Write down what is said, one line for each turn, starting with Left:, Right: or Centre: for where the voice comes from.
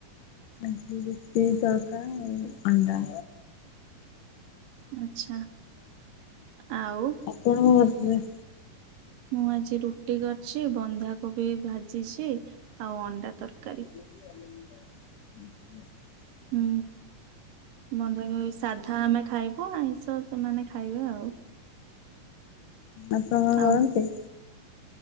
Left: ଆଜି ରୁଟି ତଡକା ଆଉ ଅଣ୍ଡା।
Right: ଆଛା ଆଉ।
Left: ଆପଣ କଣ କରୁଥିଲେ?
Right: ମୁଁ ଆଜି ରୁଟି କରିଚି ବନ୍ଧାକୋବି ଭାଜିଚି ଆଉ ଅଣ୍ଡା ତରକାରୀ।
Left: ହଁ ହଁ।
Right: ହୁଁ ବନ୍ଧାକୋବି ସାଧା ଆମେ ଖାଇ ହଉ ଆଇଁଷ ସେମାନେ ଖାଇବେ ଆଉ।
Left: ଆପଣ କଣ
Right: ଆଉ
Left: କରନ୍ତି?